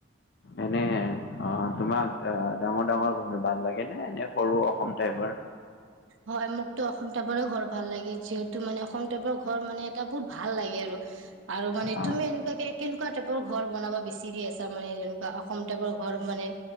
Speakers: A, on the left; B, on the right.
A: এনে অ তোমাক অহ ডাঙৰ ডাঙৰ ঘৰ ভাল লাগে নে এনে সৰু অসম টাইপৰ
B: হয় মোক অসম টাইপৰে ঘৰ ভাল লাগে যিহেতু মানে অসম টাইপৰ ঘৰ মানে এটা বহুত ভাল লাগে আৰু আৰু মানে
A: অ
B: তুমি এনেকুৱাকে কেনেকুৱা টাইপৰ ঘৰ বনাব বিচাৰি আছা মানে যেনেকুৱা অসম টাইপৰ ঘৰ মানে